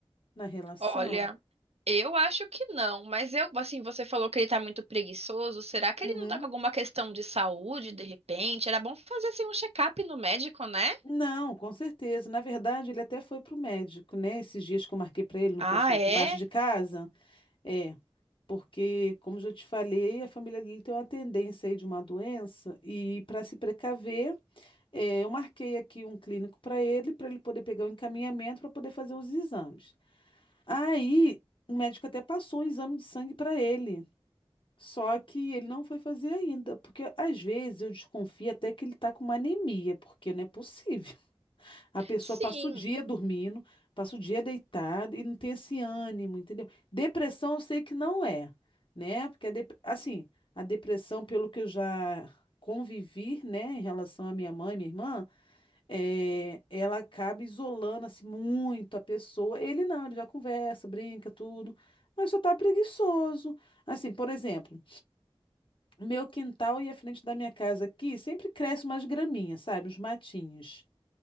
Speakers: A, on the left; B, on the right.
A: na relação?
B: Olha, eu acho que não, mas eu, assim, você falou que ele tá muito preguiçoso. Será que
A: Uhum.
B: ele não tá com alguma questão de saúde de repente? Era bom fazer assim um check-up no médico, né?
A: Não, com certeza. Na verdade, ele até foi para o médico, né? Esses dias que eu marquei para ele no
B: Ah,
A: posto aqui
B: é?
A: embaixo de casa. É, porque, como já te falei, a família dele tem uma tendência aí de uma doença e para se precaver, é, eu marquei aqui um clínico para ele, para ele poder pegar o encaminhamento para poder fazer os exames. Aí, o médico até passou um exame de sangue para ele. Só que ele não foi fazer ainda, porque às vezes eu desconfio até que ele está com uma anemia, porque não é possível. A pessoa
B: Sim.
A: passa o dia dormindo, passa o dia deitada e não tem esse ânimo, entendeu? Depressão eu sei que não é, né? Porque a dep- assim, a depressão, pelo que eu já convivi, né, em relação à minha mãe, minha irmã, é, ela acaba isolando assim muito a pessoa. Ele não, ele já conversa, brinca, tudo, mas só tá preguiçoso. Assim, por exemplo, o meu quintal e a frente da minha casa aqui sempre cresce umas graminhas, sabe? Uns matinhos.